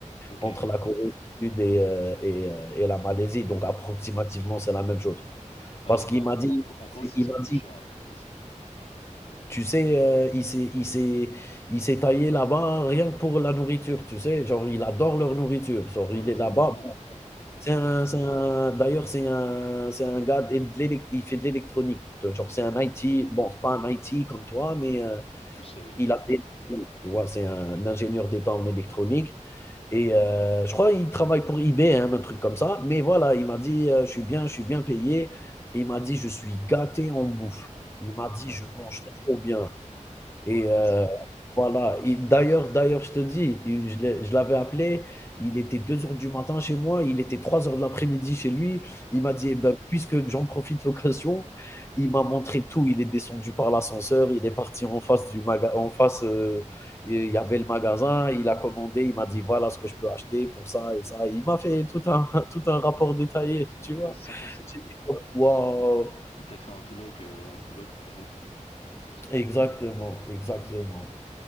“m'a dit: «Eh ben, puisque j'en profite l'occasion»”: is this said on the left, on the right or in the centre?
Left